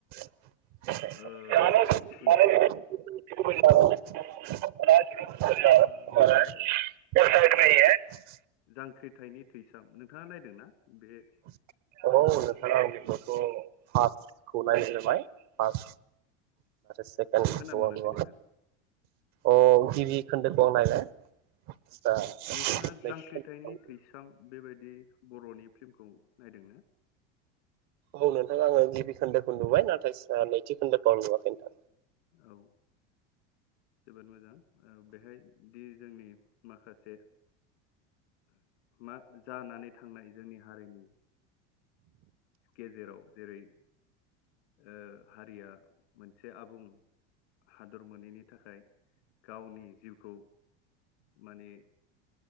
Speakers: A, on the right; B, on the left.
A: <unintelligible>
B: ओ थै-थैसाम
A: <unintelligible> <unintelligible>
B: मामोन बेयो जांख्रिथायनि थै <unintelligible> नोंथाङा नायदोंना बे
A: <unintelligible> खौ नायनाय जाबाय फास सेकेन्दखौ
B: खोना मोनाखै
A: आं नुवाखै
B: नोंथां
A: अ गिबि खोन्दोखौ आं नायबाय दा
B: नोंथाङा
A: नैथि
B: जांख्रिथायनि
A: खोन्दो
B: थैसाम बेबायदि दि बर'नि फिल्मखौ नायदोंना?
A: औ नोंथां आङो गिबि खोन्दोखौ नुबाय नाथाय से ओ नैथि खोन्दोखौ आं नुवाखै <unintelligible>
B: औ। जोबोद मोजां ओ बेहाय दि जोंनि माखासे मा जानानै थांनाय जोंनि हारिनि गेजेराव जेरै ओ हारिया मोनसे आबुं हादर मोनैनि थाखाय गावनि जिउखौ माने